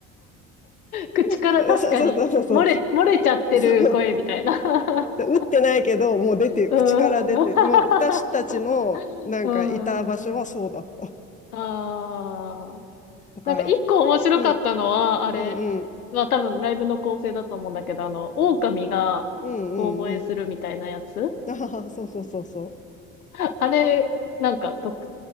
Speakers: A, on the left; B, on the left.
A: 口から確かに漏れ、
B: <laughs> そうそうそうそう。<laughs>
A: 漏れちゃってる声みたいな。
B: そう
A: <laughs>
B: 打ってないけど、もう出て、
A: うーん。
B: 口から出て、もう私たちのなんかいた場所はそうだった。
A: <laughs> うーん。ああ。
B: だから、
A: なんか一個面白かったのは、
B: うん、
A: あれ、
B: うん、うん、
A: まあ多分ライブの構成だと思うんだけど、あの、狼が遠吠えするみたいなやつ。
B: うん、うん、うん。あはは、そうそうそうそう。
A: <laughs> あれ、なんか特、